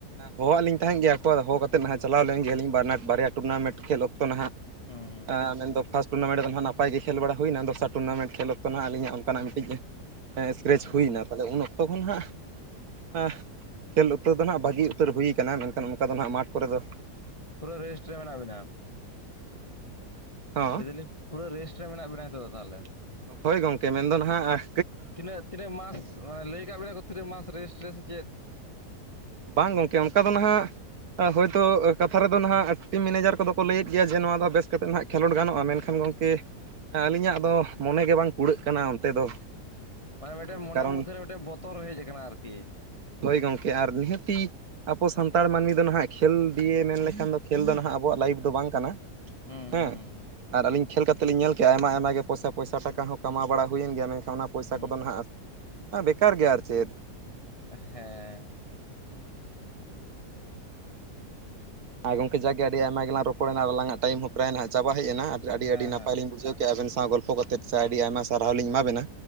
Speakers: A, on the right; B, on the left.
A: ᱦᱚᱦᱚᱟᱜ ᱞᱤᱧ ᱛᱟᱦᱮᱸᱫ ᱜᱮᱭᱟ ᱠᱚ ᱟᱫᱚ ᱦᱚᱦᱚ ᱠᱟᱛᱮᱫ ᱱᱟᱦᱜ ᱪᱟᱞᱟᱣ ᱞᱮᱱ ᱜᱮᱭᱟᱞᱤᱧ ᱵᱟᱱᱟᱨ ᱵᱟᱨᱭᱟ ᱴᱩᱨᱱᱟᱢᱮᱱᱴ ᱠᱷᱮᱞ ᱚᱠᱛᱚ ᱱᱟᱦᱟᱜ᱾
B: ᱦᱩᱸ ᱦᱩᱸ᱾
A: ᱢᱮᱱᱫᱚ ᱯᱷᱟᱥ ᱴᱩᱨᱱᱟᱢᱮᱱᱴ ᱫᱚᱦᱟᱸᱜ ᱱᱟᱯᱟᱭ ᱜᱮ ᱠᱷᱮᱞ ᱵᱟᱲᱟ ᱦᱩᱭᱱᱟ ᱫᱚᱥᱟᱨ ᱴᱩᱨᱱᱟᱢᱮᱱᱴ ᱡᱷᱮᱞ ᱚᱠᱛᱚ ᱱᱟᱦᱟᱜ ᱟ. ᱞᱤᱧᱟᱜ ᱚᱱᱠᱟᱱᱟᱜ ᱢᱤᱫᱤᱡᱼᱼᱼ ᱤᱥᱠᱨᱮᱪ
B: ᱦᱩᱸ
A: ᱦᱩᱭᱱᱟ ᱛᱟᱦᱞᱮ ᱩᱱ ᱚᱠᱛᱚ ᱠᱷᱚᱱ ᱦᱟᱸᱜ ᱠᱷᱮᱞ ᱩᱛᱟᱹᱨ ᱫᱚ ᱦᱜ ᱵᱷᱟᱹᱜᱤᱼᱼᱼ ᱦᱩᱭ ᱟᱠᱟᱱᱟ ᱢᱮᱱᱠᱷᱟᱱ ᱚᱱᱠᱟ ᱫᱚ ᱦᱟᱜ ᱢᱟᱴᱷ ᱠᱚᱨᱮ ᱫᱚᱼᱼᱼ
B: ᱯᱩᱨᱟᱹ ᱨᱮᱥᱴ ᱨᱮ ᱢᱮᱱᱟᱜ ᱵᱤᱱᱟ᱾
A: ᱦᱚᱸ
B: ᱞᱟᱹᱭᱫᱟᱞᱤᱧ ᱯᱩᱨᱟᱹ ᱨᱮᱴ ᱨᱮ ᱢᱮᱱᱟᱜ ᱵᱤᱱᱟ ᱱᱤᱛᱚᱜ ᱫᱚ ᱛᱟᱦᱚᱞᱮ?
A: ᱦᱳᱭ ᱜᱚᱝᱠᱮ ᱢᱮᱱ ᱫᱚ ᱱᱟᱦᱟᱜᱼᱼᱼ
B: ᱛᱤᱱᱟᱹᱜ ᱛᱤᱱᱟᱹᱜ ᱢᱟᱥ ᱞᱟᱹᱭ ᱟᱠᱟᱫ ᱵᱤᱱᱟ ᱠᱚ ᱛᱤᱱᱟᱹᱜ ᱢᱟᱥ ᱨᱮᱥᱴ ᱨᱮ ᱥᱮ ᱪᱮᱫ?
A: ᱵᱟᱝ ᱜᱚᱝᱠᱮ ᱚᱱᱠᱟ ᱫᱚ ᱱᱟᱦᱟᱜᱼᱼᱼ ᱦᱳᱭ ᱛᱚ ᱠᱟᱛᱷᱟ ᱨᱮᱫᱚ ᱱᱟᱦᱟᱜ ᱴᱤᱢ ᱢᱮᱱᱮᱡᱟᱨ ᱠᱚᱫᱚ ᱠᱚ ᱞᱟᱹᱭᱮᱫ ᱜᱮᱭᱟ ᱡᱮ ᱱᱚᱣᱟ ᱫᱚ ᱵᱮᱥ ᱠᱟᱛᱮᱫ ᱱᱟᱦᱟᱜᱼᱼᱼ ᱠᱷᱮᱞᱚᱰ ᱜᱟᱱᱚᱜᱼᱟ ᱢᱮᱱᱠᱷᱟᱱ ᱜᱚᱝᱠᱮ ᱟᱹᱞᱤᱧᱟᱜ ᱫᱚ ᱢᱚᱱᱮ ᱜᱮ ᱵᱟᱝ ᱠᱩᱲᱟᱹᱜ ᱠᱟᱱᱟ ᱚᱱᱛᱮ ᱫᱚ᱾
B: ᱢᱟᱱᱮ ᱢᱤᱫᱴᱟᱝ
A: ᱦᱮᱸ
B: ᱢᱚᱱ
A: ᱠᱟᱨᱚᱱ
B: ᱢᱚᱫᱫᱷᱮ ᱛᱮ ᱢᱤᱫᱴᱟ. ᱝ ᱵᱚᱛᱚᱨ ᱦᱮᱡ ᱟᱠᱟᱱᱟ ᱟᱨᱠᱤ᱾
A: ᱦᱳᱭ ᱜᱚᱝᱠᱮ ᱟᱨ ᱱᱤᱦᱟᱹᱛᱤᱼᱼᱼ ᱟᱵᱚ ᱥᱟᱱᱛᱟᱲ ᱢᱟᱹᱱᱢᱤ ᱫᱚ ᱱᱟᱦᱟᱜ ᱠᱷᱮᱞ ᱫᱤᱭᱮ ᱢᱮᱱ ᱞᱮᱠᱷᱟᱱ ᱫᱚ ᱠᱷᱮᱞ ᱫᱚ ᱱᱟᱦᱟᱜ ᱟᱵᱚᱣᱟᱜ ᱞᱟᱭᱤᱯᱷ ᱫᱚ ᱵᱟᱝ ᱠᱟᱱᱟ᱾
B: ᱦᱩᱸ ᱦᱩᱸ
A: ᱦᱚᱸ
B: ᱦᱩᱸ
A: ᱟᱨ ᱟᱹᱞᱤᱧᱼᱼᱼ ᱠᱷᱮᱞ ᱠᱟᱛᱮᱫ ᱞᱤᱧ ᱧᱮᱞ ᱠᱮᱫᱜᱼᱟ ᱟᱭᱢᱟ ᱟᱭᱢᱟ ᱜᱮ ᱯᱚᱭᱥᱟ ᱯᱚᱭᱥᱟ ᱴᱟᱠᱟ ᱦᱚᱸ ᱠᱟᱢᱟᱣ ᱵᱟᱲᱟ ᱦᱩᱭᱮᱱ ᱜᱮᱭᱟ ᱢᱮᱱᱠᱷᱟᱱ ᱚᱱᱟ ᱯᱚᱭᱥᱟ
B: ᱦᱩᱸ
A: ᱠᱚᱫᱚ ᱱᱟᱦᱟᱜᱼᱼᱼ ᱵᱮᱠᱟᱨ ᱜᱮᱭᱟ ᱟᱨ ᱪᱮᱫ᱾
B: ᱦᱮᱸ᱾
A: <unintelligible> ᱟᱨ ᱜᱚᱝᱠᱮ ᱡᱟᱜᱮ ᱟᱹᱰᱤ ᱟᱭᱢᱟ ᱜᱮᱞᱟᱝ ᱨᱚᱯᱚᱲᱮᱱᱟ ᱟᱞᱟᱝᱟᱜ ᱴᱟ. ᱭᱤᱢ ᱦᱚᱸ ᱯᱨᱟᱭ ᱱᱟᱦᱜ ᱪᱟᱵᱟ ᱦᱮᱡ ᱮᱱᱟ
B: ᱦᱮᱸ
A: ᱟᱹᱰᱤ
B: ᱦᱮᱸ
A: ᱟ. ᱰᱤ ᱱᱟᱯᱟᱭ ᱞᱤᱧ ᱵᱩᱡᱷᱟᱹ ᱠᱮᱫᱼᱼᱼ ᱟᱵᱤᱱ ᱥᱟᱶ ᱜᱚᱞᱯᱷᱚ ᱠᱟᱛᱮᱫ ᱥᱮ ᱟᱹᱰᱤ ᱟᱭᱢᱟ ᱥᱟᱨᱦᱟᱣ ᱞᱤᱧ ᱮᱢᱟᱵᱤᱱᱟ᱾